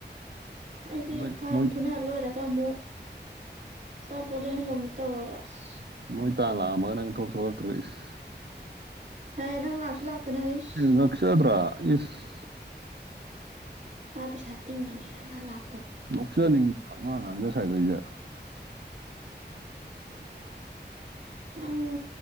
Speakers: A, on the right; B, on the right.
A: ꯍꯥꯏꯗꯤ
B: ꯅꯣꯏ
A: ꯐꯚꯥꯏꯠ
B: ꯅꯣꯏ
A: ꯄꯨꯨꯅ ꯂꯣꯏꯔꯒ ꯑꯃꯨꯛ ꯑꯆꯥꯄꯣꯠ ꯂꯩꯍꯜꯂꯝꯃꯤ ꯇꯧꯔꯒ ꯑꯁ
B: ꯃꯣꯏ ꯇꯥ ꯂꯥꯛꯑꯝꯃꯒ ꯅꯪ ꯊꯣꯛ ꯁꯣꯛꯂꯛꯇ꯭ꯔꯁ
A: ꯍꯦ ꯅꯪ ꯂꯥꯛꯁꯨ ꯂꯥꯛꯇꯅ ꯍꯩꯁ
B: ꯅꯁꯗ꯭ꯔ ꯏꯁ
A: ꯃꯥ ꯄꯩꯁꯥ ꯇꯤꯡꯒꯅꯦꯅ ꯃꯥ ꯂꯥꯛ
B: ꯅꯣꯛꯆꯅꯤꯡꯥꯡꯗ ꯁꯥꯏꯗꯁꯦ ꯎꯝ
A: ꯅꯪ